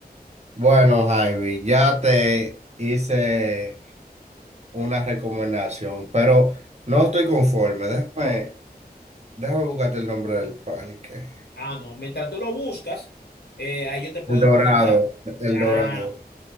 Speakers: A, on the right; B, on the left.
A: Bueno, Javi, ya te hice una recomendación, pero no estoy conforme. Déjame, déjame buscarte el nombre del parque.
B: Ah, no. Mientras tú lo buscas, eh, ahí yo te puedo
A: El Dorado,
B: comentar.
A: el
B: Ah,
A: Dorado,